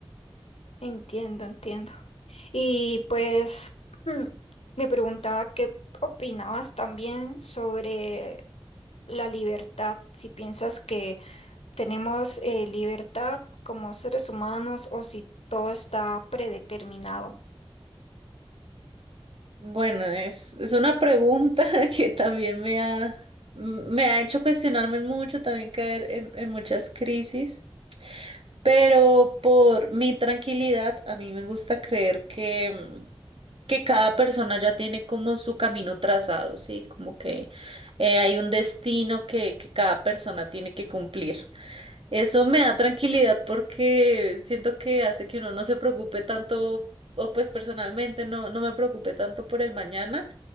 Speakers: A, on the left; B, on the right.
A: Entiendo, entiendo. Y pues mm, me preguntaba qué opinabas también sobre la libertad, si piensas que tenemos eh, libertad como seres humanos o si todo está predeterminado.
B: Bueno, es, es una pregunta <laughs> que también me ha, me ha hecho cuestionarme mucho, también caer en, en muchas crisis. Pero por mi tranquilidad, a mí me gusta creer que, mm, que cada persona ya tiene como su camino trazado, ¿sí? Como que eh, hay un destino que, que cada persona tiene que cumplir. Eso me da tranquilidad porque siento que hace que uno no se preocupe tanto, o pues personalmente no, no me preocupe tanto por el mañana,